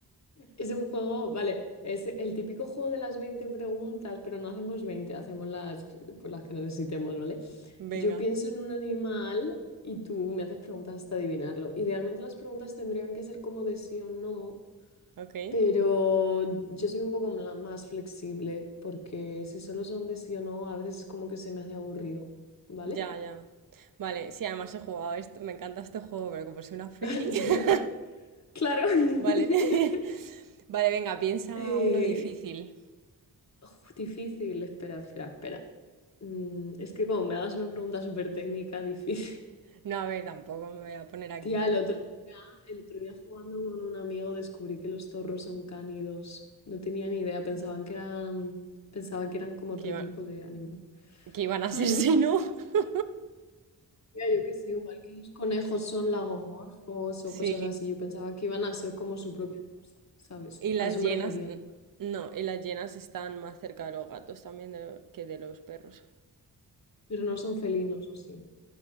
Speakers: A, on the left; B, on the right.
A: Es un juego, vale, es el típico juego de las 20 preguntas, pero no hacemos 20 hacemos las, que- pues las que necesitemos, ¿vale?
B: <laughs> Venga,
A: Yo pienso en un animal y tú me haces preguntas hasta adivinarlo. Idealmente las preguntas tendrían que ser como de sí o no,
B: ok.
A: pero yo soy un poco mla- más flexible porque si solo son de sí o no, a veces es como que se me hace aburrido, ¿vale?
B: Ya, ya. Vale, sí, además he jugado a esto, me encanta este juego, pero como soy una friki,
A: <laughs>
B: <laughs>
A: Claro. <laughs>
B: vale. <laughs> Vale, venga, piensa
A: Eh,
B: uno difícil.
A: uf, difícil, espera, espera, espera. Mm, es que como me hagas una pregunta súper técnica, difícil.
B: No, a ver, tampoco me voy a poner
A: <laughs>
B: aquí
A: Tía, el otro día, el otro día jugando con un amigo descubrí que los zorros son cánidos. No tenía ni idea, pensaban que eran, pensaba que eran como otro
B: que iban,
A: tipo de animal.
B: que iban a
A: Mm.
B: ser si no. <laughs>
A: Mira, yo qué sé, igual que los conejos son lagomorfos
B: Sí.
A: o cosas así, yo pensaba que iban a ser como su propia cosa, ¿sabes?
B: Y las
A: A eso me
B: llenas,
A: refería.
B: no, y las llenas están más cerca de los gatos también de- que de los perros.
A: Pero no son felinos, ¿o sí?